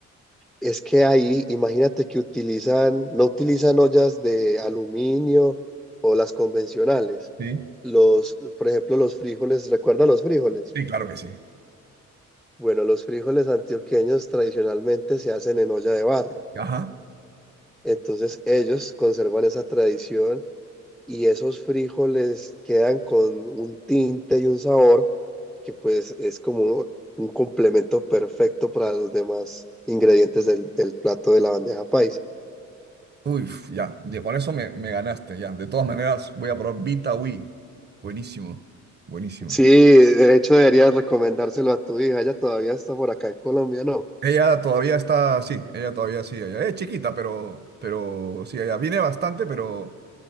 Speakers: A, in the centre; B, on the right (about 35°).
A: Es que ahí, imagínate que utilizan, no utilizan ollas de aluminio o las convencionales.
B: Sí.
A: Los, por ejemplo, los frijoles, ¿recuerda los frijoles?
B: Sí, claro que sí.
A: Bueno, los frijoles antioqueños tradicionalmente se hacen en olla de barro.
B: Ajá.
A: Entonces ellos conservan esa tradición y esos frijoles quedan con un tinte y un sabor que pues es como un, un complemento perfecto para los demás ingredientes del, del plato de la bandeja paisa.
B: Uy, f- ya. De, con eso me, me ganaste, ya. De todas maneras, voy a probar Vita Wii. Buenísimo. Buenísimo.
A: Sí, de hecho deberías recomendárselo a tu hija, ella todavía está por acá en Colombia, ¿no?
B: Ella todavía está, sí, ella todavía sí, ella es chiquita, pero, pero sí, ella viene bastante, pero,